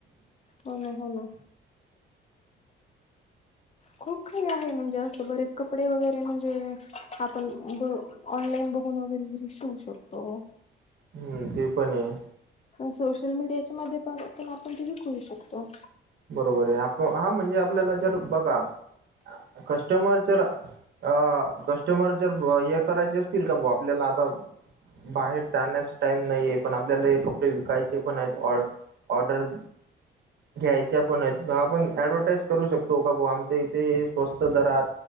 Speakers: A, on the left; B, on the right.
A: होय, हो ना. खूप खाल. म्हणजे, अस बरेच कपडे वगैरे म्हणजे, आपण ब ऑनलाईन बघून वगैरे घरी शिवू शकतो.
B: हम्म, ते पण हेय.
A: सोशल मीडियाच्या माध्यपण आपण ते विकू ही शकतो.
B: बरोबर हाय, आप हा म्हणजे आपल्याला जर बघा, कस्टमर जर अ, कस्टमर जर हे करायचे असतील, का भा आपल्याला आता बाहेर जाण्यास टाइम नाहीये, पण आपल्याला हे कपडे विकायचे पण आहेत. ऑ ऑर्डर. घ्यायच्या पण आहेत, मग आपण ऍडव्हटाईज करू शकतो का भा आमच्या इथे स्वस्त दरात